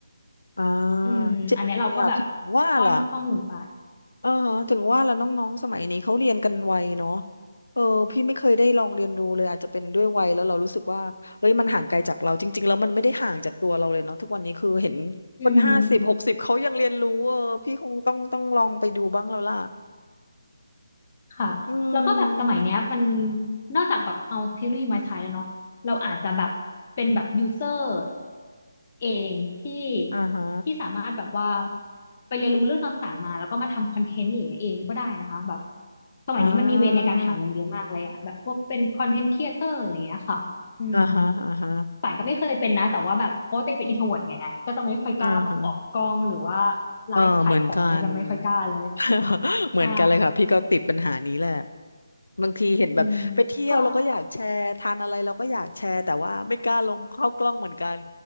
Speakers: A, on the left; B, on the left.
A: อ่า
B: อืมอันเนี้ยเราก็แบบ
A: เจ๋งเลยอ่ะถึงว่าล่ะ
B: ป้อนข้อมูลไป
A: อ่าฮะถึงว่าล่ะน้องๆสมัยนี้เขาเรียนกันไวเนาะเออพี่ไม่เคยได้ลองเรียนรู้เลยอาจจะเป็นด้วยวัยแล้วเรารู้สึกว่าเฮ้ยมันห่างไกลจากเราจริงๆแล้วมันไม่ได้ห่างจากตัวเราเลยเนาะทุกวันนี้คือเห็นคนห้าสิบหกสิบเขายังเรียนรู้เออพี่คงต้องต้องลองไปดูบ้างแล้วล่ะ
B: อืม ค่ะแล้วก็แบบสมัยเนี้ยมัน
A: อืม
B: นอกจากแบบเอาเทคโนโลยีมาใช้แล้วเนาะเราอาจจะแบบเป็นแบบยูเซอร์เองที่
A: อ่าฮะ
B: ที่สามารถแบบว่าไปเรียนรู้เรื่องต่างๆมาแล้วก็มาทำคอนเทนต์อะไรอย่างเงี้ยเองก็ได้นะคะแบบสมัยนี้มันมีเวในการหาเงินเยอะมากเลยอะแบบพวกเป็นคอนเทนต์ครีเอเตอร์อะไรอย่างเงี้ยค่ะอืม
A: อ่าอ่าฮะอ่าฮะ
B: ป่านก็ไม่เคยเป็นนะแต่ว่าแบบเพราะว่าตัวเองเป็นอินโทรเวิร์ตไงก็จะไม่ค่อยกล้าแบบออกกล้องหรือว่า
A: อ่าฮะ
B: ไลฟ์ขายของเนี่ยจะไม่ค่อยกล้าเลย
A: เออเหมือนกัน <laughs> เหมือนกันเลยค่ะพี่ก็ติดปัญหานี้แหละ
B: ใช่
A: บางทีเห็นแบบไปเที่ยวเราก็อยากแชร์ทานอะไรเราก็อยากแชร์แต่ว่าไม่กล้าลงเข้ากล้องเหมือนกัน
B: อืมก็